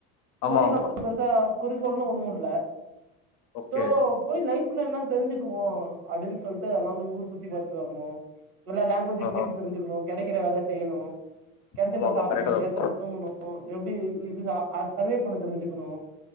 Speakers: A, on the left (about 45°); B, on the right (about 75°).
A: ஆமா
B: சொல்லிக்ற
A: ஆமா
B: அளவுக்கு பெருசா குறிக்கோள்னு ஒன்னு இல்ல
A: ஓகே
B: சோ போய் லைஃப்ல என்னன்னு தெரிஞ்சுக்குவோ அப்டின்னு சொல்லிட்டு அதெல்லா போய் ஊர் சுத்தி பாத்துட்டு வரணு எல்லா லாங் வேஜ்
A: ஆஹா
B: பேசி தெரிஞ்சுக்கணு கெடைக்கிற வேல செய்யணு கெடச்சத
A: ஆமா ஆமா
B: சாப்
A: கரெக்டா தா ப்ரோ
B: ச்சத தூங்கணு எப்டி இது சா அத சர்வே பண்ண தெரிஞ்சுக்குணு